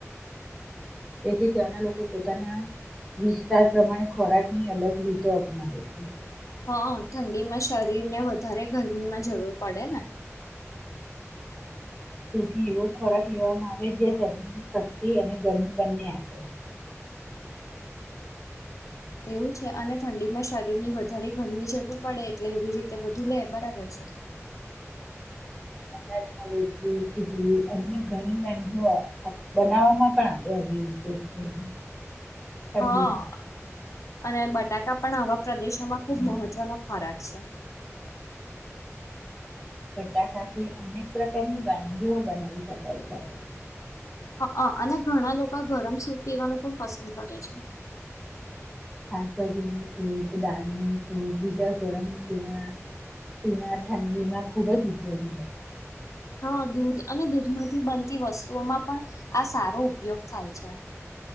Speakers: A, in the centre; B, on the left (about 85°).
A: તેથી તે્યાંના લોકો પોતાના વિસ્તાર પ્રમાણે ખોરાકની અલગ રીતો અપનાવે છે.
B: હા ઠંડી માં શરીર ને વધારે ગરમીમાં જરૂર પડે ને.
A: તેથી એવો ખોરાક લેવામાં આવે જે શરી અને ગરમી બંને આપે.
B: એવું છે અને ઠંડી માં શરીર ની વધારે ગરમી જરૂર પડે એટલે એવી રીતે બધું લે બરાબર છે.
A: અનાજમાં રોટલી ચીડલી અન્ય ઘણી વાંધીઓ બનાવવામાં પણ આવે. <unintelligible> હઠાડી
B: હા અને બટાકા પણ આવા પ્રદેશોમાં ખુબ મહત્વનો ખોરાક છે.
A: બટાકાથી અનેક પ્રકારની વાંધીઓ બનાવી શકાય છે આપણે.
B: હ અને ઘણા લોકો ગરમ સૂપ પીવાનું પણ પસંદ કરે છે.
A: શાકભાજી નું સૂપ દાળનું સૂપ બીજા ગરમ તેના પના ઠંડી માં ખુબ જ ઉપયોગી બન
B: હા દૂધ અને દૂધમાંથી બનતી વસ્તુઓમાં પણ આ સારો ઉપયોગ થાય છે.